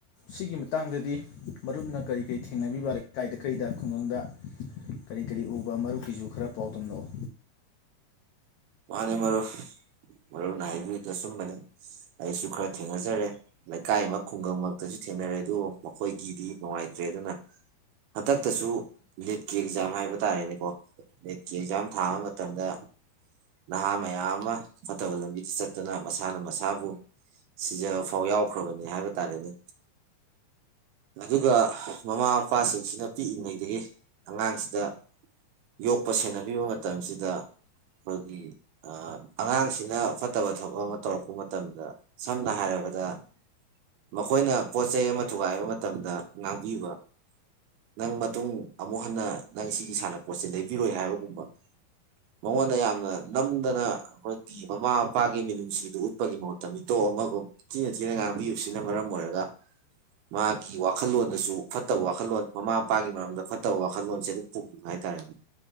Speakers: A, on the left; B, on the right.
A: ꯁꯤꯒꯤ ꯃꯇꯥꯡꯗꯗꯤ ꯃꯔꯨꯞꯅ ꯀꯔꯤ ꯀꯔꯤ ꯊꯦꯡꯅꯕꯤꯕ ꯂꯩꯀꯥꯏꯗ ꯀꯩꯗ ꯈꯨꯡꯒꯪꯗ ꯀꯔꯤ ꯀꯔꯤ ꯎꯕ ꯃꯔꯨꯞꯀꯤꯁꯨ ꯈꯔ ꯄꯥꯎꯗꯝꯝꯂꯛꯎ
B: ꯃꯥꯅꯦ ꯃꯔꯣꯏ ꯃꯔꯨꯞꯅ ꯍꯥꯏꯕꯤꯌꯨꯗꯣ ꯑꯁꯨꯝꯕꯅꯦ ꯑꯩꯁꯨ ꯈꯔ ꯊꯦꯡꯅꯖꯔꯦ ꯂꯩꯀꯥꯏ ꯑꯃ ꯈꯨꯡꯒꯪꯃꯛꯇꯁꯨ ꯊꯦꯡꯅꯔꯦ ꯑꯗꯨꯕꯨ ꯃꯈꯣꯏꯒꯤꯗꯤ ꯅꯨꯡꯉꯥꯏꯇ꯭ꯔꯦ ꯑꯗꯨꯅ ꯍꯟꯗꯛꯇꯁꯨ ꯅꯦꯠꯀꯤ ꯑꯦꯛꯖꯥꯝ ꯍꯥꯏꯕ ꯇꯥꯔꯦꯅꯦꯀꯣ ꯦꯠꯀꯤ ꯑꯦꯛꯖꯥꯝ ꯊꯥꯕ ꯃꯇꯝꯗ ꯅꯍꯥ ꯃꯌꯥꯝ ꯑꯃ ꯐꯠꯇꯕ ꯂꯝꯕꯤꯗ ꯆꯠꯇꯨꯅ ꯃꯁꯥꯅ ꯃꯁꯥꯕꯨ ꯁꯤꯖꯕ ꯐꯥꯎ ꯌꯥꯎꯈ꯭ꯔꯕꯅꯤ ꯍꯥꯏꯕ ꯇꯥꯔꯦꯅꯦ ꯑꯗꯨꯒ ꯃꯃꯥ ꯃꯄꯥꯁꯤꯡꯁꯤꯅ ꯄꯤꯛꯏꯉꯩꯗꯒꯤ ꯑꯉꯥꯡꯁꯤꯗ ꯌꯣꯛꯄ ꯁꯦꯟꯅꯕꯤꯕ ꯃꯇꯝꯁꯤꯗꯣꯏ ꯑꯒꯤ ꯑꯉꯥꯡꯁꯤꯅ ꯐꯠꯇꯕ ꯊꯕꯛ ꯑꯃ ꯇꯧꯔꯛꯄ ꯃꯇꯝꯗ ꯁꯝꯅ ꯍꯥꯏꯔꯕꯗ ꯃꯈꯣꯏꯅ ꯄꯣꯠ ꯆꯩ ꯑꯃ ꯊꯨꯒꯥꯏꯕ ꯃꯇꯝꯗ ꯉꯥꯡꯕꯤꯕ ꯅꯪ ꯃꯇꯨꯡ ꯑꯃꯨꯛ ꯍꯟꯅ ꯅꯪ ꯁꯤꯒꯤ ꯁꯥꯟꯅꯄꯣꯠꯁꯦ ꯂꯩꯕꯤꯔꯣꯏ ꯍꯥꯏꯕꯒꯨꯝꯕ ꯃꯉꯣꯟꯗ ꯌꯥꯝꯅ ꯅꯝꯗꯅ ꯑꯩꯈꯣꯏꯒꯤ ꯃꯃꯥ ꯃꯄꯥꯒꯤ ꯃꯤꯅꯨꯡꯁꯤꯗꯨ ꯎꯠꯄꯒꯤ ꯃꯍꯨꯠꯇ ꯃꯤꯇꯣꯞ ꯑꯃꯒꯨꯝ ꯊꯤꯅ ꯊꯤꯅ ꯉꯥꯡꯕꯤꯕꯁꯤꯅ ꯃꯔꯝ ꯑꯣꯏꯔꯒ ꯃꯥꯒꯤ ꯋꯥꯈꯜꯂꯣꯟꯗꯁꯨ ꯐꯠꯇꯕ ꯋꯥꯈꯜꯂꯣꯟ ꯃꯃꯥ ꯃꯄꯥꯒꯤ ꯃꯔꯝꯗ ꯐꯠꯇꯕ ꯋꯥꯈꯜꯂꯣꯟꯁꯦ ꯑꯗꯨꯝ ꯄꯨꯈꯤꯕ ꯍꯥꯏꯇꯥꯥꯔꯦꯅꯦ